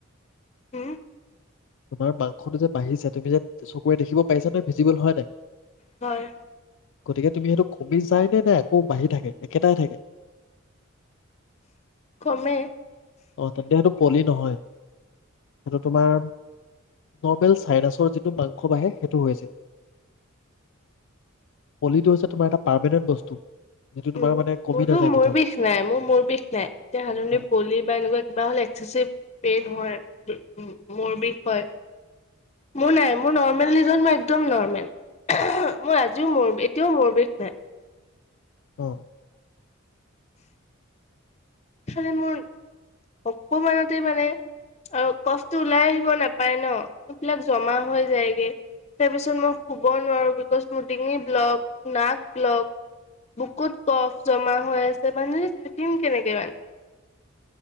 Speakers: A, on the left; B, on the left.
A: উম
B: তোমাৰ মাংসটো যে বাঢ়িছে তুমি যে চকুৰে দেখিব পাইছ ন ভিজিবল হয় নাই
A: হয়
B: গতিকে তুমি সেইটো কমি যায় নে নে আকৌ বাঢ়ি থাকে একেটাই থাকে
A: কমে
B: অ তেন্তে সেইটো পলি নহয় সেইটো তোমাৰ নৰ্মেল চাইনাছৰ যিটো মাংস বাঢ়ে সেইটো হৈছে পলিটো হৈছে তোমাৰ এটা পাৰমানেণ্ট বস্তু, যিটো তোমাৰ
A: উ
B: মানে কমি
A: মোৰতো
B: নাযায় কেতিয়াও
A: মোৰ বিষ নাই মোৰ মোৰ বিষ নাই এতিয়া হালনি
B: অ
A: পলি বা এনেকুৱা কিবা হ'লে এক্চেচিভ পেইন হয় মোৰ বিষ হয় মোৰ নাই মোৰ নৰ্মেল লিজন মই একদম নৰ্মেল মই আজিও মোৰ বিষ এতিয়াও মোৰ বিষ নাই ।
B: অ
A: সালে মোৰ অকমানতে মানে আৰু কফটো ওলাই আহিব নাপায় ন এইবিলাক জমা হৈ যায়গে তাৰপিছত মই শুব নোৱাৰো বিকজ মোৰ ডিঙি ব্লক নাক ব্লক বুকুত কফ জমা হৈ আছে মানুহজনী থাকিম কেনেকে মানে,